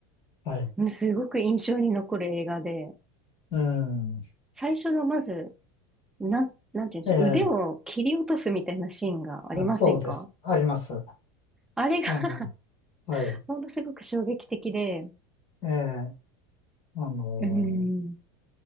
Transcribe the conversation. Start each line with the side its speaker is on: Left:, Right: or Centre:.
Left: はい。
Centre: うんすごく印象に残る映画で、
Left: うん。
Centre: 最初のまず、なん、なんていうんでしょう、
Left: ええ、
Centre: 腕を切り落とすみたいなシーンがありませんか
Left: あそうです。あります。
Centre: あれが
Left: あの、はい。
Centre: <laughs> ものすごく衝撃的で、う
Left: ええ、あの、
Centre: ーん、